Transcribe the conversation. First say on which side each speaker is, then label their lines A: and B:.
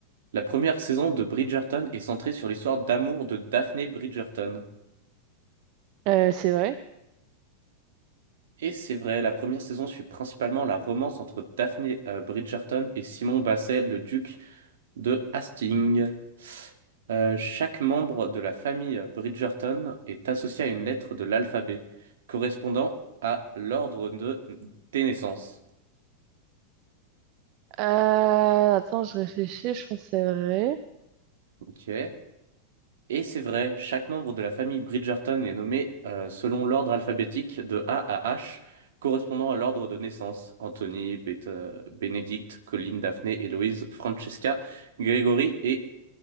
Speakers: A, on the right; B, on the right.
A: La première saison de Bridgerton est centrée sur l'histoire d'amour de Daphne Bridgerton.
B: Euh, c'est vrai.
A: Et c'est vrai, la première saison suit principalement la romance entre Daphne euh, Bridgerton et Simon Basset, le duc de Hastings. Euh, chaque membre de la famille Bridgerton est associé à une lettre de l'alphabet, correspondant à l'ordre de, des naissances.
B: Euh, Attends, je réfléchis, je pense que c'est vrai.
A: Ok. Et c'est vrai, chaque membre de la famille Bridgerton est nommé euh, selon l'ordre alphabétique de A à H, correspondant à l'ordre de naissance. Anthony, Beta- Benedict, Colin, Daphné, Héloïse, Francesca, Grégory et